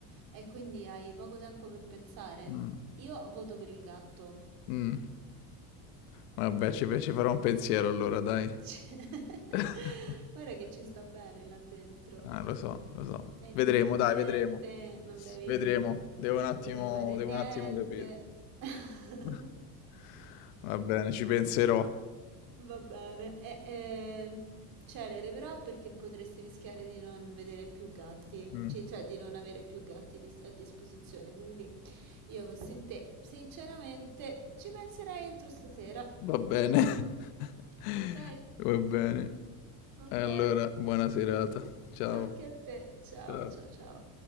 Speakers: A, on the right (about 50°); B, on the left (about 80°).
A: e quindi hai poco tempo per pensare.
B: Mm,
A: Io voto per il gatto.
B: mm. Vabbè, ci, ci farò un pensiero allora, dai.
A: <laughs> Cioè,
B: <laughs>
A: Guarda che ci sta bene là dentro.
B: Ah, lo so, lo so.
A: È indipendente,
B: Vedremo, dai, vedremo.
A: non devi,
B: Vedremo. Devo un attimo,
A: non devi fare
B: devo
A: niente.
B: un attimo capire.
A: <laughs>
B: <laughs> Va bene, ci penserò.
A: Va bene. E, e, celere però perché potresti rischiare di non vedere più gatti,
B: Mm,
A: ci- cioè di non avere più gatti dis- a disposizione, quindi... Io fossi in te, sinceramente, ci penserei entro stasera.
B: Va bene. <laughs>
A: Ok?
B: Va bene.
A: Ok.
B: Allora, buona serata. Ciao.
A: Anche a te. Ciao,
B: Ciao.
A: ciao, ciao.